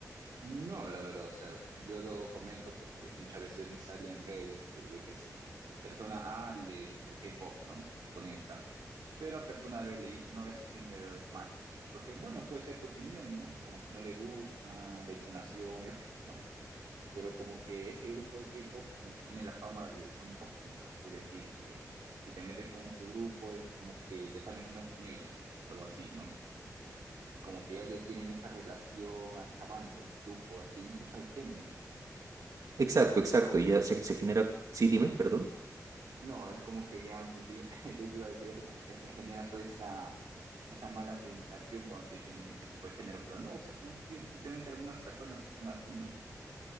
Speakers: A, on the right; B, on the right.
A: No, la verdad, o sea, yo lo comento porque muchas veces me sale en redes que yo qué sé, persona A le gusta el K-pop, ¿no? Ponen el caso. Pero a persona B le dice, no, ese género es malo. Porque, bueno, puede ser su opinión, ¿no? Como que no le gusta, la entonación, yo qué sé, ¿no? pero como que ese grupo de K-pop como que tiene la fama de son tóxicos, es decir, eh, si te metes con su grupo es como que te estás metiendo con ellos, algo así, ¿no? Y como que ya le tienen esa relación a esa banda, a ese grupo, así, incluso al género,
B: Exacto, exacto,
A: pero
B: ya se, se genera, sí, dime, perdón.
A: no, es como que ya, como tú, <laughs> de hecho iba a decir eso, como que ya se genera toda esa, esa mala sensación cuando te dicen ese tipo de género, pero no, o sea, son sim- simplemente algunas personas que son así, ¿no?